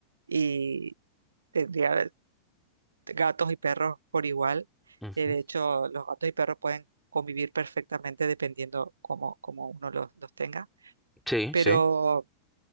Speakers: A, on the right (about 75°); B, in the centre.
A: y tendría gatos y perros por igual.
B: Ujú.
A: Eh, de hecho, los gatos y perros pueden convivir perfectamente dependiendo cómo, cómo uno los, los tenga.
B: Sí,
A: Pero
B: sí.